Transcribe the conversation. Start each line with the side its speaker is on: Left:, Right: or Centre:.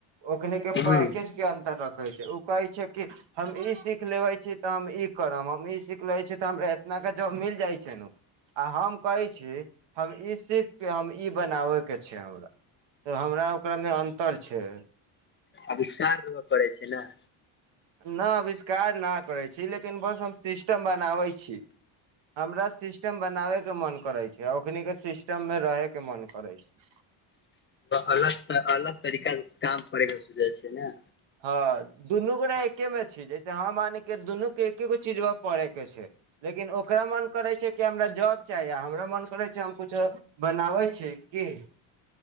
Right: ओखने के पैकेज
Left: हुँ
Right: के अंतर रखे छै उ कहै छै कि हम ई सीख लेबे छी तऽ हम ई करब हम ई सीख लेै छी तऽ हमरा इतना के जॉब मिल जाइ छै नू आ हम कहै छी हम ई सीखके हम ई बनाबैके छै हमरा तऽ हमरा ओकरामे अन्तर छै
Left: आविष्कार रौआ करै छै न
Right: नऽ अविष्कार नऽ करै छी लेकिन बस हम सिस्टम बनाबै छी हमरा सिस्टम बनावे के मन करे छै ओकनी के सिस्टम में रहे के मन करे छै पै
Left: अलग अलग तरीका से काम करैके सुझा छै ने
Right: हँ दुनू गोरा एके मे छी जैसे ह मानके दुनू के एके गो चीज पढ़े के छै लेकिन ओकरा मन करैत छै कि हमरा जॉब चाही आ हमरा मन करैत छै हम किछो बनाबै छै कि